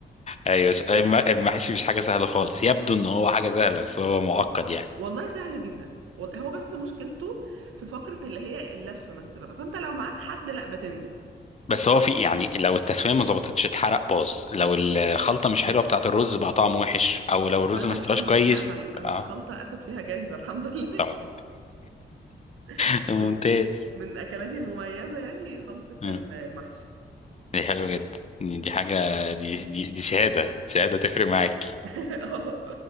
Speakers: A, on the left; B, on the right.
A: ايوه ش- الم- المحشي مش حاجه سهله خالص يبدو ان هو حاجه سهله بس هو معقد يعني
B: والله سهل جدا وال- هو بس مشكلته في فقرة اللي هي اللفة ما استفرد فانت لو معاك حد لا بتنجز
A: بس هو في يعني لو التسويه ما ظبطتش اتحرق باظ لو الخلطه مش حلوه بتاعه الرز بقى طعمه وحش او لو
B: بس
A: الرز
B: انا
A: ما استواش
B: الحمد
A: كويس
B: لله انا ال- انا
A: اه
B: الخلطة اخد فيها جايزة الحمد لله
A: طبعا
B: <laughs>
A: <laughs> ممتاز
B: من من اكلاتي المميزة يعني خلطة
A: مم.
B: ال- المحشي
A: دي حلوه جدا دي حاجه دي دي, دي شهاده شهاده تفرق معاك
B: <laughs> اه